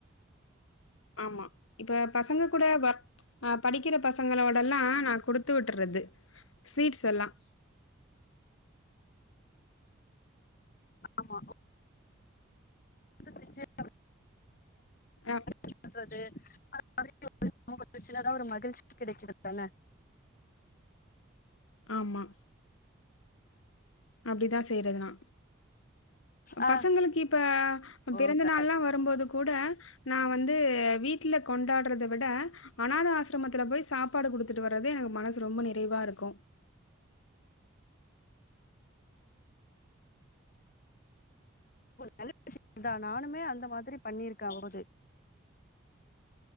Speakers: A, on the left; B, on the left.
A: ஆமா இப்ப பசங்க கூட வ ஆ படிக்கிற பசங்களோடல்லாம் நான் கொடுத்து விட்டுறது ஸ்வீட்ஸ் எல்லாம்
B: ஆமா உங்க விஜய்
A: ஆ
B: <unintelligible> பண்றது அத மாதிரி ஒரு முகத்தச்சில தான் ஒரு மகிழ்ச்சி கிடைக்கிறது தான
A: ஆமா அப்டிதா செய்யறதுனா
B: ஆ
A: பசங்களுக்கு இப்ப
B: ஓ
A: பிறந்த
B: தா
A: நாள்ல்லாம் வரும்போது கூட நான் வந்து வீட்ல கொண்டாடுறத விட அநாத ஆசிரமத்துல போய் சாப்பாடு குடுத்துட்டு வர்றது எனக்கு மனசு ரொம்ப நிறைவா இருக்கும்
B: ஒரு நல்ல விஷயம் தான் நானுமே அந்த மாதிரி பண்ணியிருக்கேன் அவது